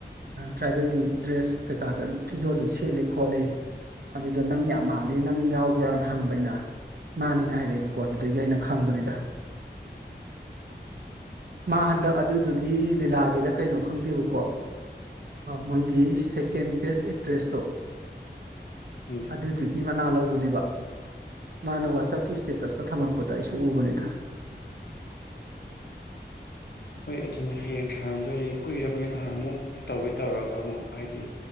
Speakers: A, on the right; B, on the left.
A: ꯇ꯭ꯔꯥꯏꯕꯦꯜꯒꯤ ꯗ꯭ꯔꯦꯁ ꯀꯩꯀꯥꯗ ꯐꯤꯖꯣꯜꯗꯣ ꯁꯦꯠꯂꯤ ꯈꯣꯠꯂꯤ ꯑꯗꯨꯗꯣ ꯅꯪ ꯌꯥꯝ ꯃꯥꯜꯂꯤ ꯅꯪ ꯌꯥꯎꯕ꯭ꯔꯥꯅ ꯍꯪꯕ ꯑꯩꯅ ꯃꯥꯟꯅꯤꯅ ꯍꯥꯏꯔꯛꯑꯦꯕꯀꯣ ꯑꯗꯨꯗꯒꯤ ꯑꯩꯅ ꯈꯪꯕꯅꯤꯗ ꯃꯥ
B: ꯎꯝ
A: ꯍꯟꯗꯛ ꯑꯗꯨꯗꯨ ꯒꯤ ꯂꯤꯂꯥꯒꯤꯗ ꯀꯩꯅꯣ ꯈꯪꯗꯦꯕꯀꯣ ꯃꯣꯏꯒꯤ ꯁꯦꯀꯦꯟ ꯕꯦꯁ ꯑꯦꯛꯇ꯭ꯔꯦꯁꯇꯣ
B: ꯎꯝ
A: ꯑꯗꯨꯗꯨꯒꯤ ꯃꯅꯥ ꯂꯧꯕ ꯎꯅꯦꯕ ꯃꯥꯅ ꯋꯥꯆꯞꯀꯤ ꯁꯇꯦꯇꯁꯇ ꯊꯝꯃꯛꯄꯗ ꯑꯩꯁꯨ ꯎꯕꯅꯤꯗ
B: ꯍꯣꯏ ꯑꯗꯨꯅꯦ ꯍꯌꯦꯡ ꯁꯥꯟꯗꯗꯤ ꯀꯨꯏꯔꯕꯅꯤ ꯅꯍꯟꯃꯨꯛ ꯑꯃꯨꯛ ꯇꯧꯒꯦ ꯇꯧꯔꯒ ꯑꯃꯨꯛ ꯍꯥꯏꯗꯤ